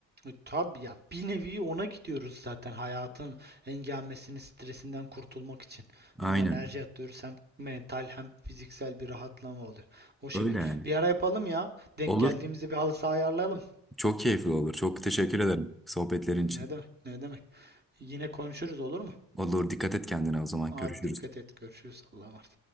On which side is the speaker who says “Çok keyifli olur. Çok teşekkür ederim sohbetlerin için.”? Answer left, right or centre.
Centre